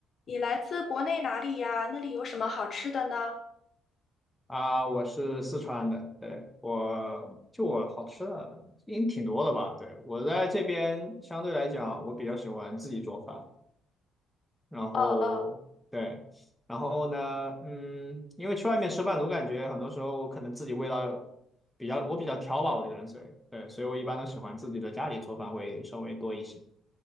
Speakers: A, on the left; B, in the centre.
A: 你来自国内哪里呀？那里有什么好吃的呢？
B: 啊，我是四川的，对，我就我好吃的应挺多的吧？对，我在这边相对来讲，我比较喜欢自己做饭，然后对，
A: 哦哦
B: 然后呢，嗯，因为去外面吃饭，总感觉很多时候我可能自己味道比较，我比较挑吧，我这个人嘴，对，所以我一般都喜欢自己的家里做饭会稍微多一些。